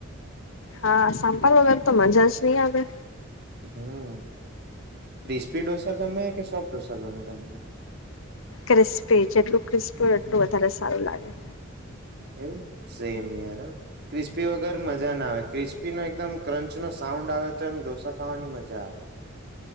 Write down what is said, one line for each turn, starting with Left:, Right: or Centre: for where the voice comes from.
Left: હા સાંભાર વગર તો મજા જ નહીં આવે.
Right: હમ્મ. ક્રિસ્પી ડોસા ગમે કે સોફ્ટ ડોસા ગમે તમને?
Left: ક્રિસ્પી, જેટલું ક્રિસ્પી હોય એટલું વધારે સારું લાગે.
Right: એવું? સેમ યાર હં, ક્રિસ્પી વગર મઝા ના આવે, ક્રિસ્પીનો એકદમ ક્રંચનો સાઉન્ડ આવે તો એમ ઢોસા ખાવાની મઝા આવે.